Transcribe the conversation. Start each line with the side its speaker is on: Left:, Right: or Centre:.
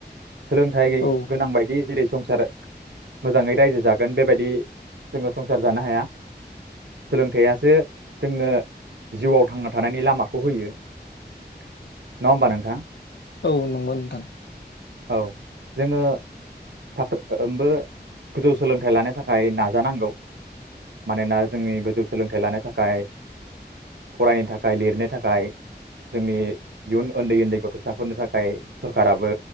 Right: सोलोंथाइै
Left: औ
Right: गोनां बायदि जेरै- संसार मोजाङै रायजो जागोन बेबायदि जोङो संसार जानो हाया, सोलोंथाइसो जोंनो जिउआव थांना थानायनि लामाखौ होयो नङा होमबा नोंथां?
Left: औ नंगो नोंथां
Right: औ जोङो साफ्रोमबो गोजौ सोलोंथाइ लानो थाखाय नाजानांगौ मानोना जोंनि गोजौ सोलोंथाइ लानो थाखाय फरायनो थाखाय लिरनो थाखाय जोंनि इयुन उन्दै उन्दै गथ'साफोरनि थाखाय सरखाराबो